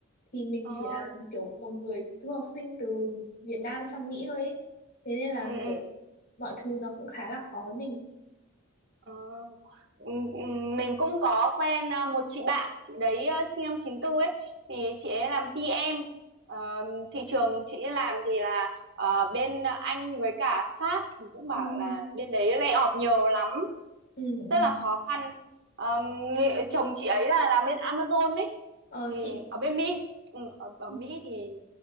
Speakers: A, on the left (about 50°); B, on the right (about 55°).
A: thì mình
B: Ờ,
A: chỉ là kiểu một người du học sinh từ Việt Nam sang Mỹ thôi ấy. thế nên là
B: ừ, ừ,
A: kiểu mọi thứ nó cũng khá là khó với mình
B: ờ. Ừ, ừ, Mình cũng có quen à, một chị bạn, chị đấy à, sinh năm chín tư ấy, thì chị ấy làm PM. Ờ, thị trường chị ấy làm thì là ờ, bên Anh với cả Pháp thì cũng
A: Ừ.
B: bảo
A: ừ.
B: là bên đấy lay off nhiều lắm
A: ừ ừ
B: rất là khó khăn Ờm, nghệ, chồng chị ấy là làm bên Amazon ấy
A: ờ
B: thì
A: xịn nhỉ?
B: ở bên Mỹ ừ, ở, ở
A: Ừ,
B: Mỹ thì